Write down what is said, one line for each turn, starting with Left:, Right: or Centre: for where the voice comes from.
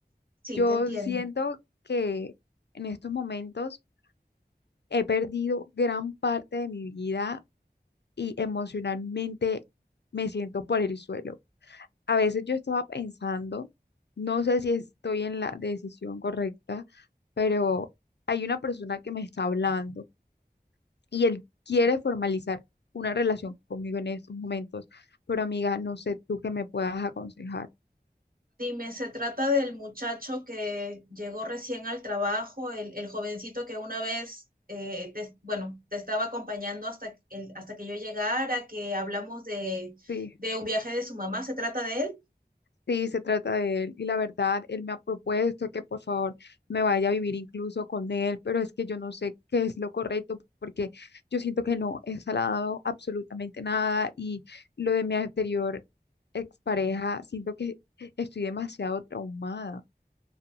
Right: Sí,
Left: Yo
Right: te entiendo.
Left: siento que en estos momentos he perdido gran parte de mi vida y emocionalmente me siento por el suelo. A veces yo estaba pensando, no sé si estoy en la decisión correcta, pero hay una persona que me está hablando y él quiere formalizar una relación conmigo en estos momentos, pero amiga, no sé tú qué me puedas aconsejar.
Right: Dime, ¿se trata del muchacho que llegó recién al trabajo, el, el jovencito que una vez, eh, te- bueno, te estaba acompañando hasta, el, hasta que yo llegara, que hablamos de,
Left: Sí.
Right: de un viaje de su mamá? ¿Se trata de él?
Left: Sí, se trata de él y la verdad, él me ha propuesto que por favor me vaya a vivir incluso con él, pero es que yo no sé qué es lo correcto porque yo siento que no he salado absolutamente nada y lo de mi anterior expareja, siento que estoy demasiado traumada.